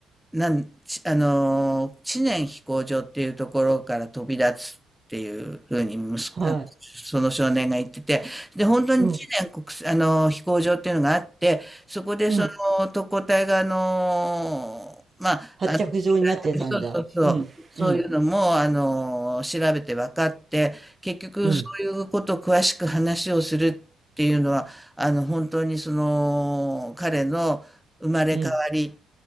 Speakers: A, in the centre; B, on the right.
A: なん、ちあの知念飛行場っていうところから飛び立つっていうふうに、むす、
B: はい。
A: あの、その少年が言ってて、で、本当に知念国際、
B: うん。
A: あの飛行場っていうのがあって、そこでその特攻隊が、
B: うん。
A: あのまあ、
B: 発着状になってたんだ。
A: そうそうそう、
B: うん。
A: そういうのも、
B: うん。
A: あの調べて分かって、結局そういうことを詳しく話をするっていうのは、
B: うん。
A: あの、本当にその、彼の生まれ変わり、
B: うん。